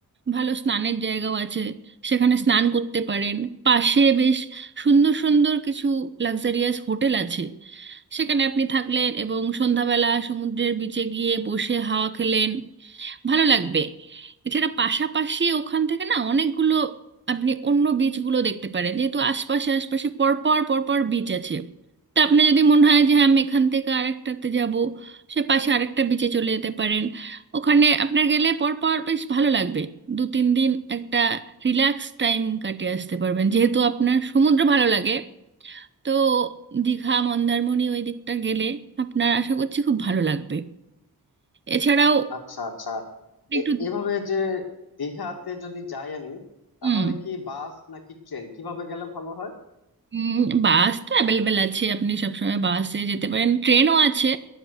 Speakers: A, on the right (about 30°); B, on the left (about 80°).
A: ভালো স্নানের জায়গাও আছে সেখানে স্নান করতে পারেন পাশে বেশ সুন্দর সুন্দর কিছু লাক্সারিয়াস হোটেল আছে সেখানে আপনি থাকলেন এবং সন্ধ্যাবেলা সমুদ্রের বিচে গিয়ে বসে হাওয়া খেলেন ভালো লাগবে এছাড়া পাশাপাশি ওখান থেকে না অনেকগুলো আপনি অন্য বিচগুলো দেখতে পারেন যেহেতু আশপাশে আশপাশে পরপর পরপর বিচ আছে তো আপনার যদি মনে হয় যে হ্যাঁ আমি এখান থেকে আরেকটাতে যাব সে পাশে আরেকটা বিচে চলে যেতে পারেন ওখানে আপনার গেলে পরপর বেশ ভালো লাগবে দু তিন দিন একটা রিল্যাক্স টাইম কাটিয়ে আসতে পারবেন যেহেতু আপনার সমুদ্র ভালো লাগে তো দীঘা মন্দারমণি ওই দিকটা গেলে আপনার আশা করছি খুব ভালো লাগবে এছাড়াও
B: আচ্ছা আচ্ছা
A: একটু
B: এ- এভাবে যে দীঘাতে যদি যাই আমি
A: হুম
B: তাহলে কি বাস নাকি ট্রেন কিভাবে গেলে ভালো হয়
A: উম, বাস তো অ্যাভেলেবেল আছে আপনি সবসময় বাসে যেতে পারেন ট্রেনও আছে